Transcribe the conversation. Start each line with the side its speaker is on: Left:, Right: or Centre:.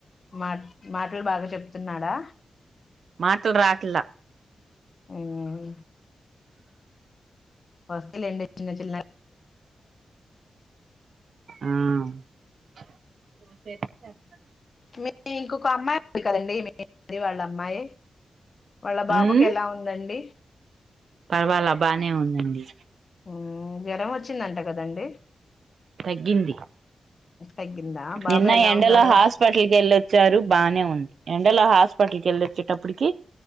Left: మా మాటలు బాగా చెప్తున్నాడా
Right: మాటలు రాట్లా
Left: హ్మ్మ్ వస్తి లే చిన్న చిన్నగా
Right: ఆ <unintelligible>
Left: మీ ఇంకొక అమ్మాయి ఉంది కదండి వాళ్ళ అమ్మాయి వాళ్ళ బాబుకి
Right: ఉమ్
Left: ఎలా ఉందండి.
Right: పర్వాలా బానే ఉందండి.
Left: హ్ జ్వరం వచ్చిందంట కదండి.
Right: తగ్గింది
Left: తగ్గిందా బాబు
Right: నిన్న
Left: ఎలా
Right: ఎండలో
Left: ఉన్నాడు
Right: హాస్పిటల్కి ఎళ్ళొచ్చారు. బానే ఉంది. ఎండలో హాస్పిటల్ కి ఎళ్ళి వచ్చేటప్పటికి